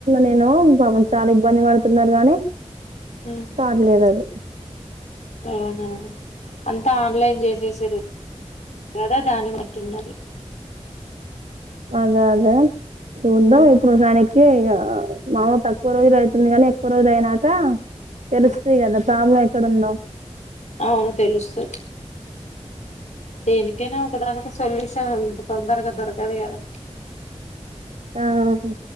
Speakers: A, on the right (about 85°); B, on the left (about 75°).
A: నేను పాపం చాలా ఇబ్బంది పడు పడుతుందారుగాని
B: ఉమ్
A: కార్ లేద్ అది
B: అవునా అంతా ఆన్లైన్ చేసేషింరు త కదా దాని బట్టి ఉన్నది.
A: అదే అదే చూద్దాం
B: ఉమ్
A: ఇప్పుడు <unintelligible> ఇగా మామూలు తక్కువ రోజులు అవుతుంది. కానీ ఎక్కువ రోజులు అయినాక తెలుస్తాయి కదా ప్రాబ్లం ఎక్కడుందో
B: అవును తెలుస్తది దేనికైనా ఒకదానికి సొల్యూషన్ అంత తొందరగా దొరకదు. కదా
A: ఆహ